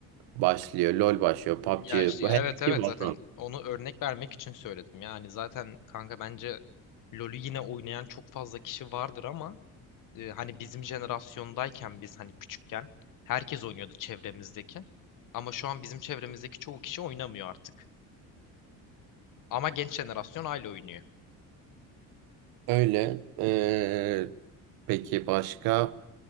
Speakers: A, on the right; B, on the left.
A: başlıyor. LoL başlıyor. PUBG.
B: Ya işte
A: bu
B: evet
A: Her
B: evet
A: şey var
B: zaten onu örnek vermek için söyledim. Yani zaten kanka bence LoL'ü yine oynayan çok fazla kişi vardır ama e, hani bizim jenerasyondayken biz hani küçükken herkes oynuyordu çevremizdeki. Ama şu an bizim çevremizdeki çoğu kişi oynamıyor artık. Ama genç jenerasyon hala oynuyor.
A: Öyle. Ee, peki başka?